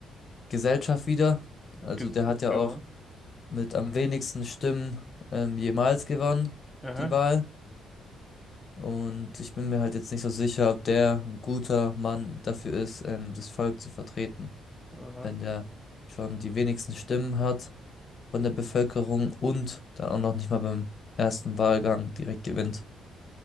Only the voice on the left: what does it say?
Gesellschaft wieder. Also
der hat ja
auch mit am wenigsten Stimmen ähm, jemals gewonnen,
die Wahl. Und ich bin mir halt jetzt nicht so sicher, ob der ein guter Mann dafür ist, ähm, das Volk zu vertreten,
wenn der schon die wenigsten Stimmen hat von der Bevölkerung und dann auch noch nicht mal beim ersten Wahlgang direkt gewinnt.